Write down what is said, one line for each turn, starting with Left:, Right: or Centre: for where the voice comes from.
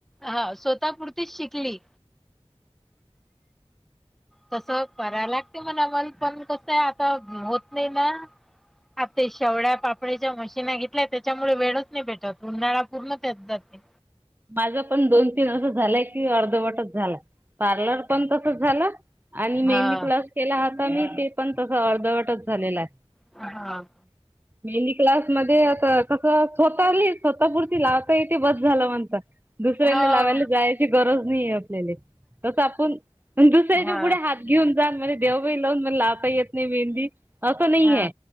Centre: हा... स्वतःपुरतीच शिकली. तसं... कराय लागते मला पण... पण कसं ए आता होत नई ना. आ ते शेवड्या पापडाच्या मशीना घेतल्याय.... त्याच्यामुळे वेळच नाही भेटत... उन्हाळा पूर्ण त्यात जाते.
Right: माझं पण दोन तीन असं झालंय कि, अर्धवटच झालाय... पार्लर पण तसच झालं आणि मेहेंदी
Centre: हा.
Right: क्लास केला होता मी... ते पण तसं अर्धवटच झालेला ए.
Centre: हा
Right: मेहेंदी क्लास मध्ये आता- कसं... स्वतःली... स्वतःपुरती लावता येते बस झालं म्हणतात... दुसऱ्याले
Centre: हा
Right: लावायला जायची गरज नाही आपल्याले, तसं आपुन... दुसऱ्याच्या
Centre: हा
Right: पुढे हात घेऊन जान आणि म्हणे दे गं बाई लावून... मला लावता येत नाही मेहंदी... असं नाई
Centre: हा
Right: ए.